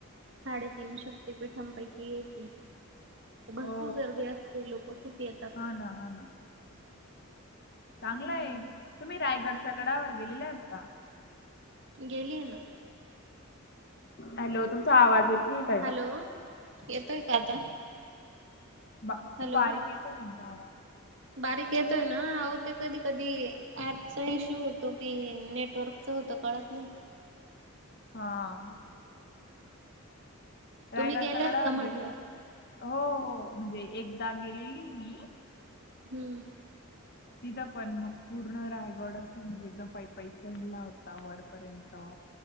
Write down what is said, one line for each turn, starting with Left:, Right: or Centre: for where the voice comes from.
Right: साडेतीन शक्ति-पिठांपैकी एके भरपूर
Left: हो
Right: गर्दी असते, लोक खूप येतात.
Left: हा, ना. हा, ना. चांगलंय,
Right: हम्म
Left: तुम्ही रायगडच्या गडावर गेलेले आहात का?
Right: गेलीये ना.
Left: हॅलो, तुमचा आवाज येत नाही. ता
Right: हॅलो, येतोय का आता?
Left: बां-बारीक
Right: हॅलो
Left: येतोय, तुमचा आवाज
Right: बारीक येतोय ना, आहो ते कधी कधी ऍपचा इश्यू होतो कि, नेटवर्कचा होतो कळत नाही
Left: हा.. रायगडच्या
Right: तुम्ही गेलेत
Left: गडावर
Right: का म्हटलं
Left: गेलाय? हो-हो म्हणजे एकदा, गेलेली मी
Right: हम्म्
Left: तिथं पण मग, पूर्ण रायगड. असं म्हणजे एकदम पाई-पाई चढला होता वरपर्यंत